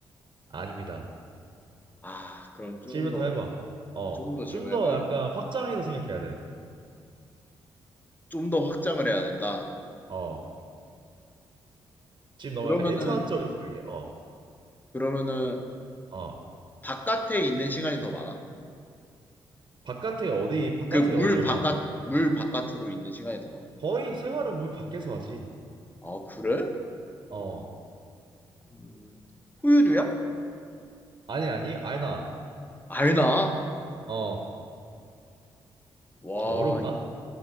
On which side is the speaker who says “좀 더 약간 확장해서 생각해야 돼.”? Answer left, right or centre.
Right